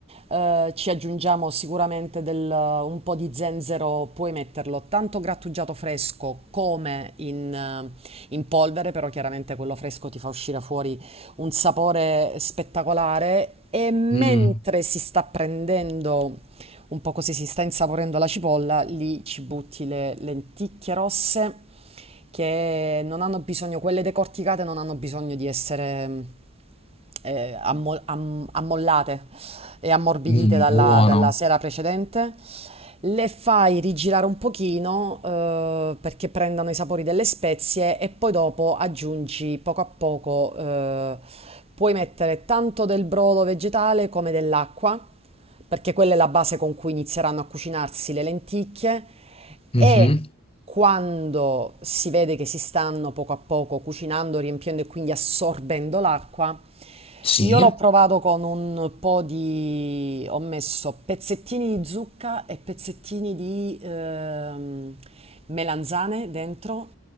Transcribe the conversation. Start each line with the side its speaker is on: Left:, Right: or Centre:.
Right: eh, ci aggiungiamo sicuramente del- un po' di zenzero, puoi metterlo tanto grattugiato fresco come in, eh, in polvere, però chiaramente quello fresco ti fa uscire fuori un sapore spettacolare e mentre
Left: Mm.
Right: si sta prendendo un po' così, si sta insaporendo la cipolla, lì ci butti le lenticchie rosse che non hanno bisogno, quelle decorticate non hanno bisogno di essere eh, ammo- am- ammollate, e ammorbidite
Left: Mm,
Right: dalla,
Left: buono.
Right: dalla sera precedente. Le fai rigirare un pochino eh, perché prendano i sapori delle spezie e poi dopo aggiungi poco a poco, eh, puoi mettere tanto del brodo vegetale come dell'acqua, perché quella è la base con cui inizieranno a cucinarsi le lenticchie
Left: Mhm.
Right: e quando si vede che si stanno poco a poco cucinando, riempiendo e quindi assorbendo l'acqua,
Left: Sì,
Right: io l'ho provato con un po' di... ho messo pezzettini di zucca e pezzettini di ehm, melanzane dentro.